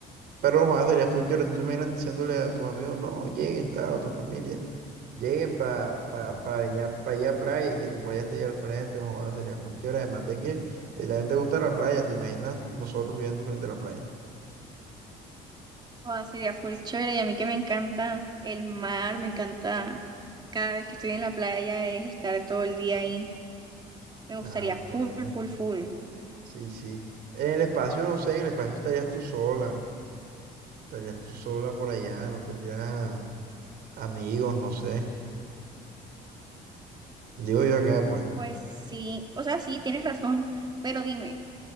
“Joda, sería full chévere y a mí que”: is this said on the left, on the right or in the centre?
Right